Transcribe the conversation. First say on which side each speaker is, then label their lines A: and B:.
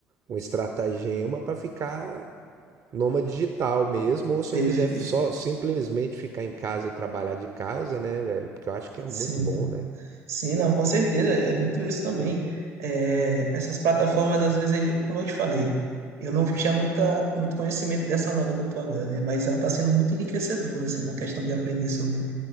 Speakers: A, on the right; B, on the right.
A: um estratagema para ficar nômade digital mesmo, ou se
B: perfeito.
A: eu quiser só simplesmente ficar em casa e trabalhar de casa, né, velho? Porque eu acho que é
B: Sim.
A: muito bom, né?
B: Sim, não, com certeza, é muito isso também. É, essas plataformas, às vezes, eu- como eu te falei, eu não tinha muita, muito conhecimento dessa nova que eu tô agora, né? Mas ela está sendo muito enriquecedora, assim, na questão de aprender sobre